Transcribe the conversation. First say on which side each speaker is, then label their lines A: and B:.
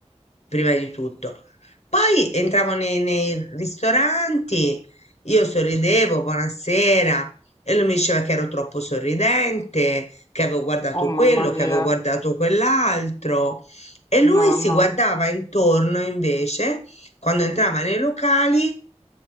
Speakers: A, on the left; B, on the left.
A: prima di tutto. Poi entravo nei, nei ristoranti, io sorridevo, buonasera, e lui mi diceva che ero troppo sorridente, che avevo guardato
B: Oh mamma
A: quello,
B: mia,
A: che avevo guardato quell'altro. E lui
B: no,
A: si
B: no,
A: guardava intorno invece, quando entrava nei locali,